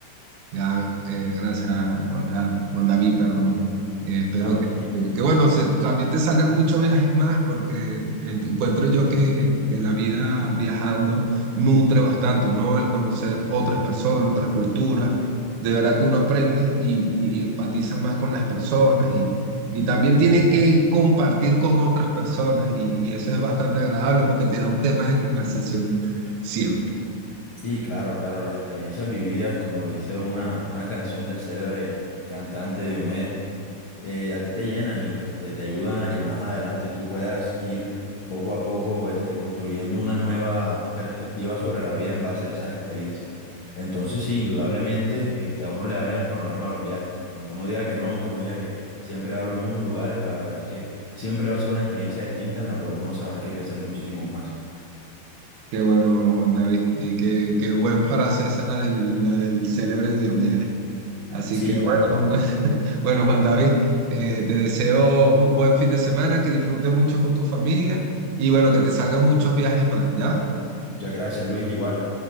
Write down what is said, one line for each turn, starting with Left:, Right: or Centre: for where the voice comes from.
Right: Ya, eh, gracias, Juan Carlos, Juan David, perdón. Eh, espero
Left: No,
Right: que,
Left: tranquilo, tranquilo.
Right: que, bueno, se- también te salgan muchos viajes más, porque ent- encuentro yo que, que la vida viajando nutre bastante, ¿no? al conocer otras personas, otras culturas, de verdad que uno aprende y, y empatiza más con las personas y, y también tiene que compartir con otras personas y, y eso es bastante agradable porque te da un tema de conversación siempre.
Left: Sí, claro, claro, las experiencias vividas, como le dice una, una canción del célebre cantante Diomedes. eh, a ti te llenan y pues te, te ayudan a que más adelante tú puedas ir poco a poco este, construyendo una nueva perspectiva sobre la vida en base a esas experiencias. Entonces sí, indudablemente este, a uno le abren el panorama los viajes. Aunque uno diga que no, aunque uno diga que siempre va a los mismos lugares, la verdad es que siempre va a ser una experiencia distinta en la cual uno se va a enriquecer muchísimo más.
Right: Qué bueno, Juan David. Y qué, qué buen frase esa, la del, la del célebre Diomedes. Así
Left: Sí,
Right: que
Left: claro.
Right: bueno, <laughs> bueno, Juan David, eh, te deseo un buen fin de semana, que disfrutes mucho con tu familia y bueno, que te salgan muchos viajes más, ¿ya?
Left: Muchas gracias, Luis, igual.